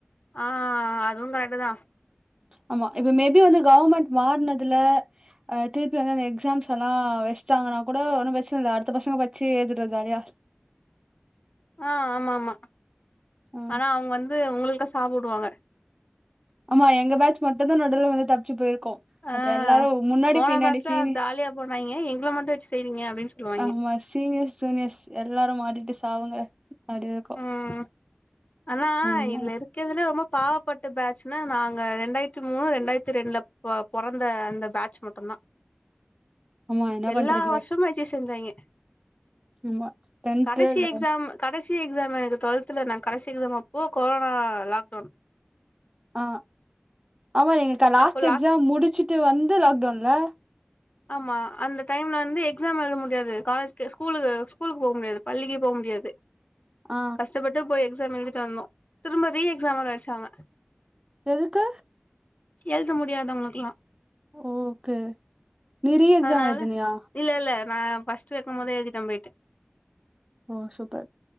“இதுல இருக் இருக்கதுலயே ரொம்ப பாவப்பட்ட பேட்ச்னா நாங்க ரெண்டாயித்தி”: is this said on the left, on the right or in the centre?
Left